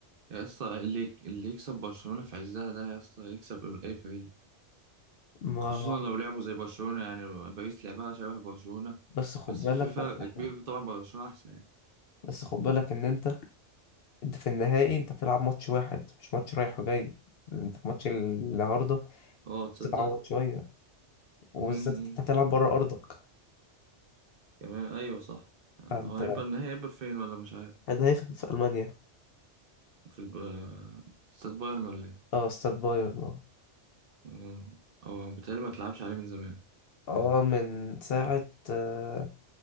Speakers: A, on the right; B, on the left.
A: يا اسطى اللي اللي يكسب برشلونة في عزها ده يا اسطى يكسب اي فريق
B: ما
A: خصوصا لو لعبوا زي برشلونة يعني باريس لعبها شبه برشلونة
B: بس خد
A: بس
B: بالك
A: في فرق
B: من حاجة
A: كبير طبعا برشلونة أحسن يعني
B: بس خد بالك ان انت انت في النهائي انت هتلعب ماتش واحد مش ماتش رايح وجاي انت في ماتش النهارده
A: اه تصدق
B: تتعوض شوية وبالذات
A: امم
B: انت هتلعب بره ارضك
A: كمان أيوه صح آه،
B: فانت
A: هو هيبقى النهائي هيبقى فين ولا مش عارف
B: ده هيفهم في المانيا
A: في الب... استاد بايرن ولا إيه؟
B: اه استاد بايرن اه
A: اه اه بيتهيألي ما تلعبش عليه من زمان
B: اه
A: يعني
B: من ساعة آه،